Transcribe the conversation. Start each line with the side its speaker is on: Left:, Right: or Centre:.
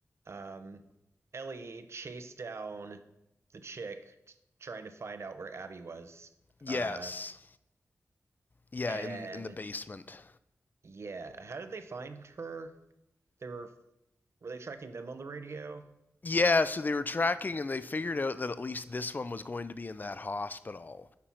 Right: um, Ellie chased down the chick t- trying to find out where Abby was.
Left: Yes.
Right: Uh,
Left: Yeah,
Right: and
Left: in in the basement.
Right: yeah, how did they find her? They were were they tracking them on the radio?
Left: Yeah, so they were tracking and they figured out that at least this one was going to be in that hospital.